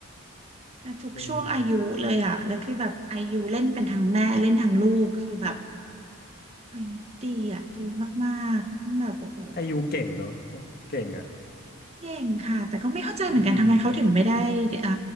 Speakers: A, on the right; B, on the left.
A: ๆแต่ทุกช่วงอายุเลยอ่ะแล้วคือแบบอายุเล่นเป็นทั้งแม่เล่นทั้งลูกคือแบบ
B: เออ
A: ไอ้ยดีอ่ะดีมากๆแบบโอ้โห
B: ไอยูเก่งเนอะเก่งอ่ะ
A: เก่งค่ะแต่ก็ไม่เข้าใจเหมือนกันทำไมเขาถึงไม่ได้เอ่อ
B: อืม